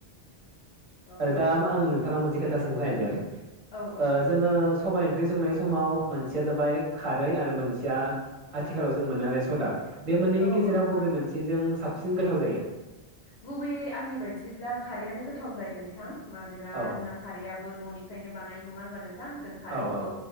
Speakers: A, on the left (about 85°); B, on the right (about 35°).
A: औ
B: दा आं नोंथांनाव मोनसे खोथा सोंनो नागेरदों
A: औ औ
B: ओ
A: दे सोंनो
B: जोङो
A: हागोन नोंथां
B: सबायाइ ओंख्रि संनाय समाव मोनसेया जाबाय खारै आरो मोनसेया आथिखालाव जों मोननो हानाय सदा बे मोननैनि
A: औ
B: गेजेराव
A: औ नंगौ
B: बबे
A: नोंथां
B: मोनसे मोनसेजों साबसिन गोथाव जायो
A: गुबैयै आंनि बायदिब्ला खारैयानो गोथाव जायो नोंथां मानोना
B: औ
A: जोंना खारैया बो न'निफ्रायनो बानाय नङा होनबा नों नोंथां जों खारैखौ
B: औ औ